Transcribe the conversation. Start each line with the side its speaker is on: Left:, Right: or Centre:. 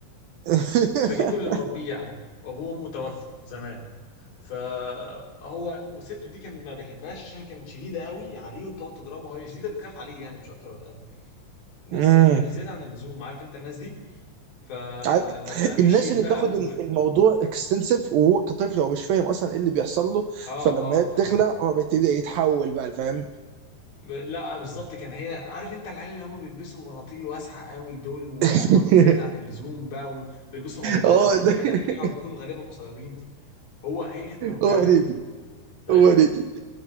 Right: <laughs>
Left: فجده اللي مربيه يعني وأبوه وأمه توفوا زمان فهو وسته دي كان ما بيحبهاش عشان كانت شديده قوي عليه وبتقعد تضربه وهي شديده بتخاف عليه يعني مش اكتر ولا اقل بس
Right: امم
Left: يعني زياده عن اللزوم عارف انت الناس دي فلما
Right: عارف-
Left: مشيت
Right: الناس اللي
Left: بقى
Right: بتاخد
Left: و...
Right: ال- الموضوع اكستنسيف وهو كطفل هو مش فاهم اصلا ايه اللي بيحصل له
Left: اه
Right: فلما
Left: اه
Right: هي بتخلق
Left: اه
Right: هو بيبتدي يتحول بقى فاهم
Left: ب- لا بالظبط كان هي عارف انت العيال اللي هم بيلبسوا بناطيل واسعه قوي دول ومحترمين
Right: <laughs>
Left: زياده عن اللزوم بقى وبيلبسوا نضاره
Right: اه
Left: وعاملين
Right: ده-
Left: فيها دحيحه وبيكونوا غالبا قصيرين هو هي كانت مربيه
Right: هو
Left: على
Right: هنيدي
Left: كده فاهم
Right: هو دي, دي.